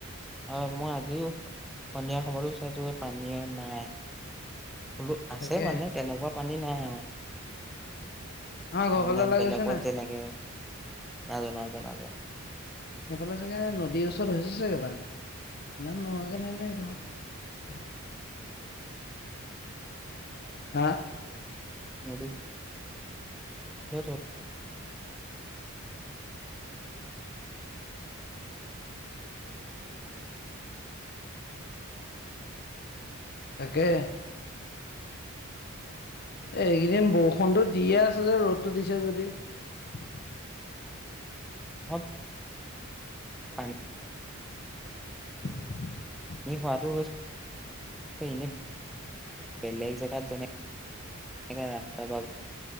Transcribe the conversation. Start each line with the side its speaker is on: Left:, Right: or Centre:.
Centre: অ', মই আজিও সন্ধিয়া সময়তো চাইছোগে পানীয়ে নাই বোলো, আছে
Left: তাকে
Centre: মানে তেনেকুৱা পানী নাই আৰু।
Left: আমাৰ ঘৰৰ
Centre: মানে
Left: ফালে ওলাই
Centre: বেলেগত
Left: গৈছে নাই?
Centre: যেনেকে, নাইযোৱা, নাইযোৱা, নাইযোৱা।
Left: সেইফালে চাগে নদীৰ ওচৰত হৈছে চাগে পানী। ইমান নোহোৱাকে নাইনে সেইটো? হা
Centre: আৰু? <unintelligible>
Left: তাকে। এ, এইকেইদিন বৰষুণতটো দিয়ে আছে যে ৰ'দটো দিছে যদিও।
Centre: বত <unintelligible> পান
Left: <inaudible>
Centre: এনে হোৱাটো হৈছে। ইনে বেলেগ জেগাত যেনে সেকাৰনে ৰাস্তা বা